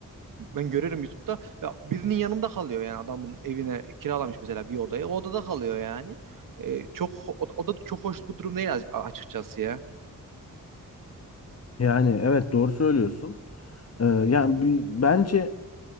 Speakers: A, on the right (about 75°); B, on the left (about 45°).
A: Ben görürüm YouTube'da ya birinin yanında kalıyor yani adamın evine kiralamış mesela bir odayı. O odada kalıyor yani. Ee, çok o, da o da çok hoş bu durum değil açıkçası ya.
B: Yani evet doğru söylüyorsun. Ee, yani bi- bence